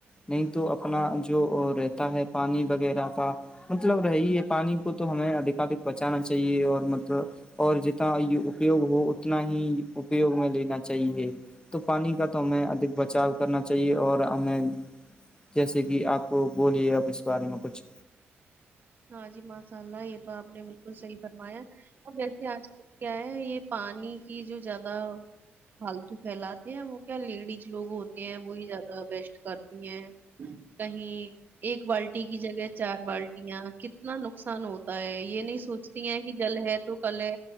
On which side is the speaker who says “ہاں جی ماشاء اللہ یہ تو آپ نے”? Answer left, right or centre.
Right